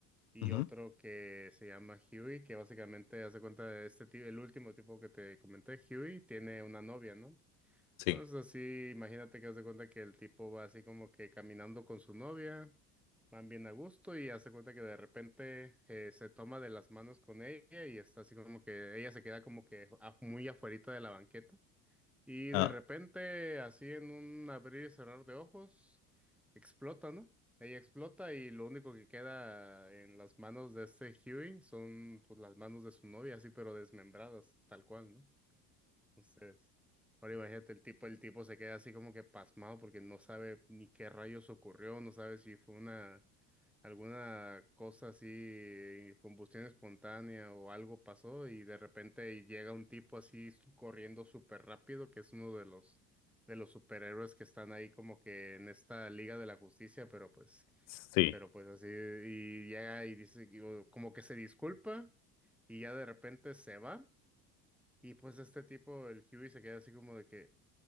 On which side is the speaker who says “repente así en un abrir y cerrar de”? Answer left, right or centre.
Centre